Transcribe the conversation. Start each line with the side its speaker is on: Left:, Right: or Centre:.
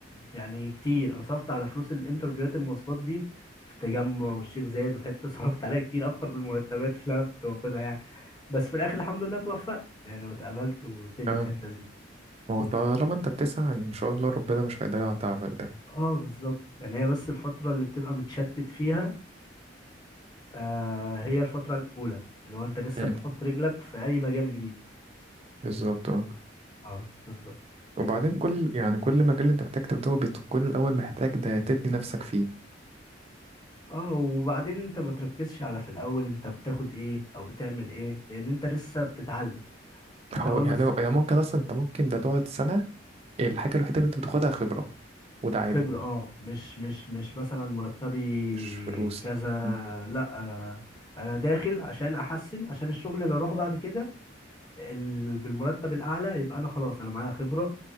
Left: يعني كتير انا صرفت على فلوس الانترفيوهات المواصلات دي في التجمع والشيخ زايد وحته <laughs> صرفت عليها كتير اكتر من المرتبات اللي انا كنت باخدها يعني بس في الاخر الحمد لله توفقت يعني واتقبلت والدنيا
Right: آه،
Left: كانت لذيذه
Right: ما هو طالما انت بتسعى يعني ان شاء الله ربنا مش هيضيع تعبك ده
Left: اه بالظبط يعني هي بس الفتره اللي بتبقى متشتت فيها آه هي الفتره الاولى اللي هو انت لسه
Right: مم.
Left: بتحط رجلك في اي مجال جديد
Right: بالظبط اه
Left: اه بالظبط
Right: وبعدين كل يعني كل مجال انت محتاج تبدأه بتكون الأول محتاج ده تبني نفسك فيه
Left: اه وبعدين انت ما تركزش على في الاول انت بتاخد ايه او بتعمل ايه لان انت لسه بتتعلم يعني
Right: هو
Left: اول
Right: يعني
Left: ما س-
Right: هو- يعني ممكن أصلا انت ممكن ده تقعد سنة الحاجة الوحيدة اللي انت بتاخدها خبرة وده عادي
Left: خبرة اه مش مش مش مثلا مرتبي
Right: مش فلوس
Left: كذا
Right: لا مم.
Left: لا انا انا داخل عشان احسن عشان الشغل اللي اروحه بعد كده ال- بالمرتب الاعلى يبقى انا خلاص انا معايا خبره